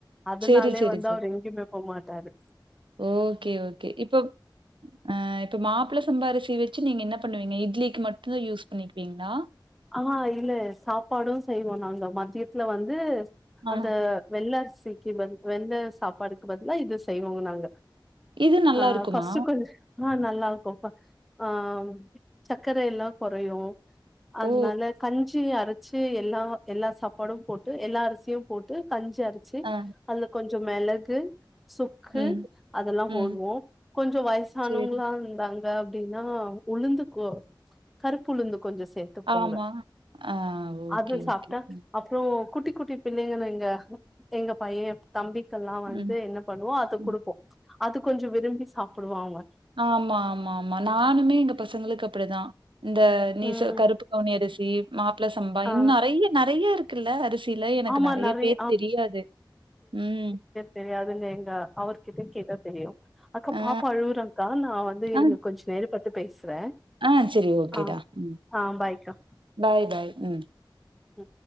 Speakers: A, in the centre; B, on the right.
A: அதுனாலே
B: சரி, சரி,
A: வந்து அவரு எங்கியுமே போமாட்டாரு
B: ஓக்கே ஓக்கே இப்போ ஆ இப்ப மாப்பிள சம்பா அரிசி வச்சு நீங்க என்ன பண்ணுவீங்க இட்லிக்கு மட்டும்தா யூஸ் பண்ணிக்குவீங்ளா
A: ஆ இல்ல சாப்பாடு செய்வோ நாங்க மதியத்துல வந்து
B: ஆ.
A: அந்த வெள்ள அரிசிக்கு பதி வெள்ள சாப்பாடுக்கு பதிலா இது செய்வோங்க நாங்க
B: இது நல்லா
A: ஆ
B: இருக்குமா?
A: <unintelligible> ஆ நல்லாருக்கும்ப்பா ஆ சக்கர எல்லா குறையு அதனால
B: ஓ!
A: கஞ்சி அற ச்சு எல்லா எல்லா சாப்பாடும் போட்டு எல்லா அரிசியும் போட்டு கஞ்சி அரச்சு
B: ஆ.
A: அதுல கொஞ்சோ மெளகு சுக்கு
B: ம்.
A: அதெல்லா
B: ம்.
A: போடுவோம் கொஞ்சோ வயசானவங்களா
B: சரி.
A: இருந்தா தாங்க அப்டின்னா உளுந்து கொ கருப்பு உளுந்து கொஞ்சோ சேர் பொங்கல்
B: ஆமா. ஆ ஓகே,
A: அது சாப்ட்டா
B: ஓகே.
A: அ
B: ம்.
A: <inaudible> அப்றோ குட்டி குட்டி பிள்ளைங்க எங்க எங்க பையே தம்பிக்கெல்லா வந்து
B: ம்.
A: என்ன பண்ணுவோ அத
B: ம்.
A: குடுப்போ அது கொஞ்சோ விரும்பி சாப்புடுவாங்க
B: ஆமா ஆமா ஆமா நானுமே எங்க பசங்களுக்கு அப்டிதா இந்த நீ
A: ம்
B: சொ கருப்பு கவுனி அரிசி மாப்பிள சம்பா
A: ஆ
B: இன்னு நெறய நெறய இருக்குல்ல அரி சில எனக்கு
A: ஆமா
B: நெறய
A: நெறைய
B: பேர் தெரியாது ம்
A: தெரியாதுல்ல எங்க அவருகிட்டு கேட்டா தெரியு அக்கா
B: ஆ.
A: பாப்பா அழுவுறா க்கா நா வந்து இருக்க
B: ஆ,
A: கொஞ்சோ நேரம் மட்டு பேசுறே
B: ஆ செரி ஓக்கேடா
A: ஆ
B: ம்
A: ஆ பாய்க்கா
B: பாய் பாய் ம்
A: ம்